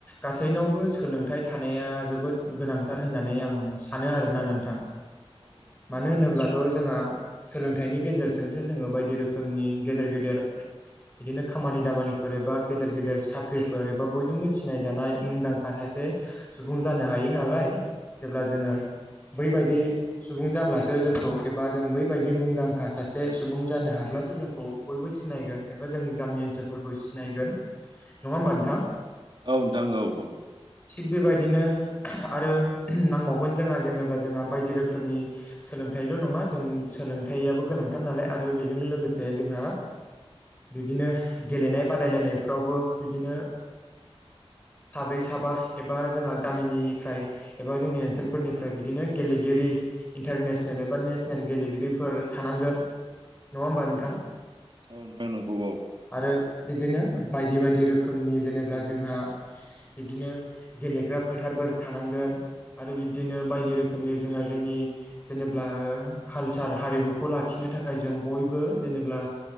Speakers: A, on the left; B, on the right.
A: गासैनावबो सोलोंथाइ थानाया जोबोद गोनांथार होननानै आं सानो आरोना नोंथां मानो होनोब्लाथ' जोंहा सोलोंथाइनि गेजेरजोंसो जोङो बायदि रोखोमनि गेदेर गेदेर बिदिनो खामानि दामानिफोर फोर एबा गेदेर गेदेर साख्रिफोर एबा बयजोंबो सिनाय जानाय मुंदांखा सासे सुबुं जानो हायो नालाय जेब्ला जोङो बैबायदि सुबुं जाब्लासो जोंखौ एबा जों बैबायदि मुंदांखा सासे सुबुं जानो हाब्ला ब्लासो जोंखौ बयबो सिनायगोन एबा जोंनि गामि ओनसोलफोरखौ सिनायगोन। नङा होमबा नोंथां?
B: औ नोंथां औ औ
A: थिग बेबायदिनो आरो नांबावगोन जोंहा जेनेब्ला जोंहा बायदि रोखोमनि सोलोंथाइल' नङा जों सो सोलोंथायाइयाबो गोनांथार नालाय आरो बेजों लोगोसे जोंहा बिदिनो गेलेनाय बादायलायनायफ्रावबो बिदिनो साब्रै साबा एबा जोंहा गामिनि फ्राय एबा जोंनि ओनसोलफोरनिफ्राय बिदिनो गेलेगिरि इन्टारनेसनेल एबा नेसनेले गेलेगिरिफो फोर थानांगोन नङा होमबा नोंथां?
B: औ नोंथां नांगौ औ।
A: आरो बिब्दिनो बायदि बायदि रोखोमनि जेनेब्ला जोंहा बिब्दिनो गेलेग्रा फोथारफोर थानांगोन आरो बिब्दिनो बायदि रोखोमनि जोंहा जोंनि जेनेब्ला कालचार हारिमुखौ लाखिनो थाखाय जों बयबो जेनेब्ला